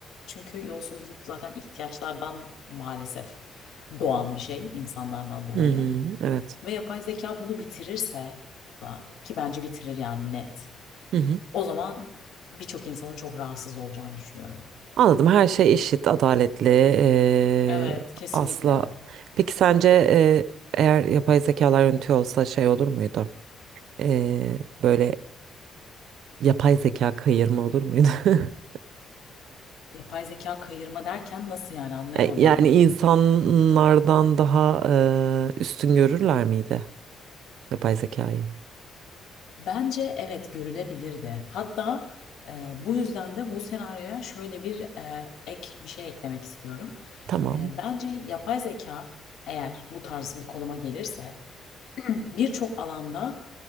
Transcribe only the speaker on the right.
Hı hı, evet.
Hı hı.
Anladım. Her şey eşit, adaletli. eee,
asla. Peki sence eee, eğer yapay zekalar yönetiyor olsa şey olur muydu? Eee, böyle yapay zeka kayırma olur muydu? <laughs>
E, Yani insanlardan daha eee, üstün görürler miydi yapay zekayı?
Tamam.